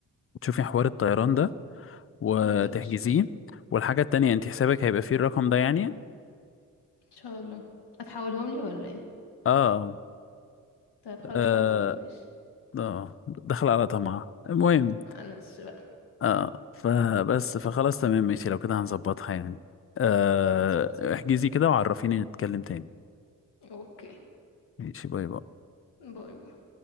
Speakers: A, on the left; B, on the left.
A: تشوفي حوار الطيران ده وتحجزيه
B: خلاص مش
A: والحاجه التانية انت حسابك هيبقى فيه الرقم ده يعني
B: ان شاء الله هتحولهم لي ولا ايه
A: اه
B: طيب خلاص
A: اه,
B: حولهم لي ماشي
A: آه. دخل على طمع المهم
B: معلش بقى
A: اه فبس فخلاص تمام ماشي لو كده هنظبطها يعني آه
B: خلاص ماشي
A: احجزي كده وعرفيني نتكلم تاني
B: اوكي
A: ماشي باي باي
B: باي باي